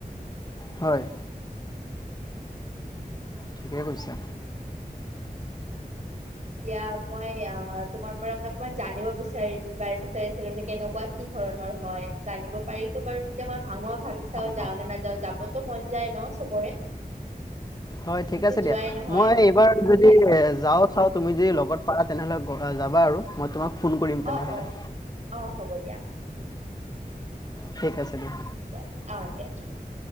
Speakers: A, on the left (about 25°); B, on the right (about 50°).
A: হয় ঠিকে কৈছা।
B: এতিয়া মই অ তোমাৰ পৰা মানে অকমান জানিব বিচাৰিম বাৰ বিচাৰিছিলো যে কেনেকুৱা কি ধৰণৰ হয় জানিব পাৰিলো বাৰু এতিয়া মই ভাঙোৱা, ভাবিছাও চাও
A: অ
B: যাও নে নেযাও যাবতো মন যায় ন চবৰে।
A: হয়
B: কিন্তু
A: ঠিক আছে
B: যোৱাই
A: দিয়া
B: নহয়
A: মই এইবাৰ
B: উম
A: যদি
B: দিয়া
A: এ যাও, চাওঁ তুমি যদি লগত পাৰা তেনেহলে যাবা আৰু মই তোমাক ফোন কৰিম তেনেহলে।
B: অ অ অ হ'ব দিয়া।
A: ঠিক আছে দিয়া।
B: দিয় অ দিয়া ঠিক আছে।